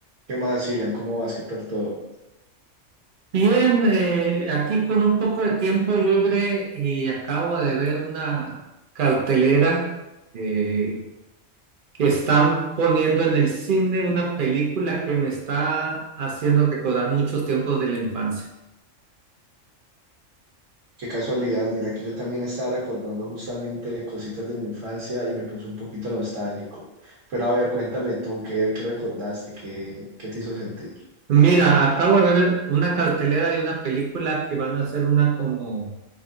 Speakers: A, on the right; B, on the right.
A: ¿Qué más, Sirian? ¿Cómo vas? ¿Qué tal todo?
B: Bien, eh, aquí con un poco de tiempo libre y acabo de ver una cartelera eh, que están poniendo en el cine una película que me está haciendo recordar muchos tiempos de la infancia.
A: Qué casualidad, mira que yo también estaba recordando justamente cositas de mi infancia y me puse un poquito nostálgico. Pero a ver, cuéntame tú, ¿qué, qué recordaste? ¿Qué, qué te hizo sentir?
B: Mira, acabo de ver una cartelera y una película que van a hacer una como